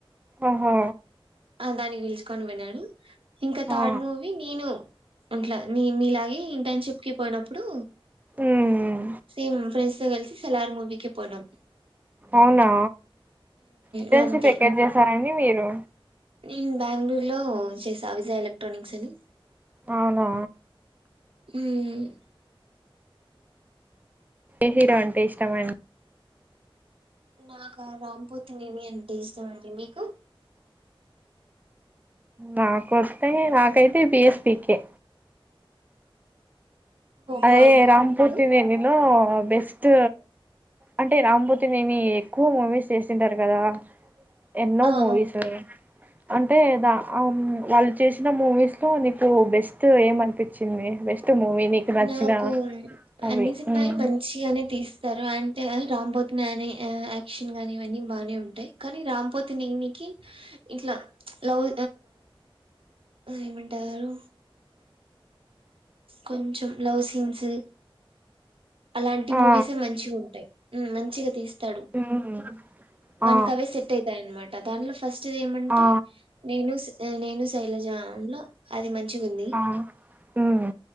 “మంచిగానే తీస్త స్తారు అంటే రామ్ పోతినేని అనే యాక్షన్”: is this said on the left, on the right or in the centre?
Right